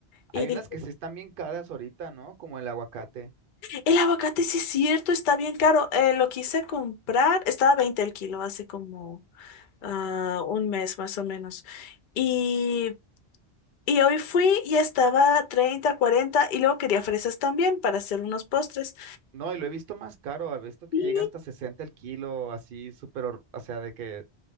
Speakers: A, on the right; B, on the left.
A: Hay
B: Y dije,
A: unas que sí están bien caras ahorita, ¿no? Como el aguacate.
B: el aguacate sí es cierto, está bien caro. Eh, lo quise comprar, estaba 20 el kilo hace como ah, un mes más o menos. Y, y hoy fui y estaba a 30, 40 y luego quería fresas también para hacer unos postres.
A: No, y lo he visto más caro, he visto que
B: Y
A: llega hasta 60 el kilo, así súper, hor- o sea, de que